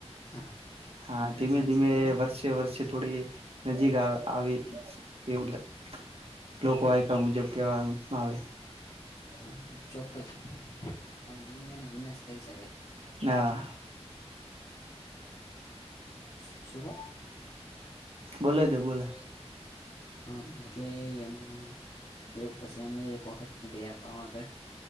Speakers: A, on the left; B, on the right.
A: હા
B: હા
A: એ વાત
B: ધીમે
A: સાચી
B: ધીમે
A: છે
B: એ
A: એમ
B: વર્ષ તે વર્ષથી થોડી નજીક આવી એવું લા લોકો
A: હા
B: આયકા મુજબ કેહેવામ આવે.
A: હા એ ચોક્કસ છે. આમ દુનિયાનો વિનાશ થઈ શકે.
B: ના.
A: શું વા
B: બોલે તો બોલે.
A: હમ એટલે એમા એવું પછી અમે એક વખત ગયા તો આગળ